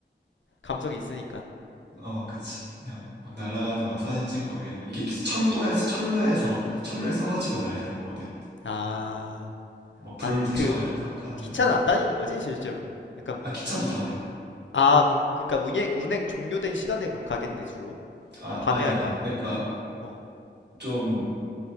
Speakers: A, on the left; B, on the right.
A: 감성이 있으니까.
B: 어, 그치. 그냥 막 날아가는 거 사진 찍고, 이게, 이게 철도에서, 철로에서, 철로에
A: 음.
B: 서가지고 날리는 거거든.
A: 아,
B: 뭐, 불
A: 아,
B: 붙여가지고
A: 그
B: 이렇게 팍 하는데.
A: 기차는 안 다니는 거지, 실제로? 약간,
B: 아, 기차도 다녀.
A: 아, 그럼, 그러니까 운행, 운행 종료된 시간에 그럼 가겠네, 주로?
B: 아,
A: 어, 밤에
B: 아니,
A: 할
B: 아니야.
A: 거 아니야.
B: 그러니까,
A: 어.
B: 좀,